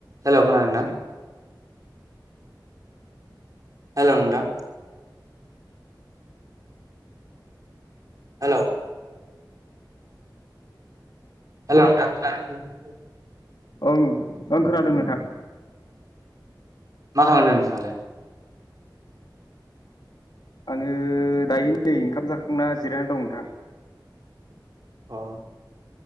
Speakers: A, on the right (about 45°); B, on the left (about 65°).
A: Hello खोनादोंना? Hello नोंथां। Hello. Hello नोंथां खोनादोंना?
B: ओं ओं खोनादों नोंथां।
A: मा खालामदो नोंथांङालाय?
B: आङो दायो नै ओंखाम जाखांना जिरायनानै दं नोंथां।
A: अह।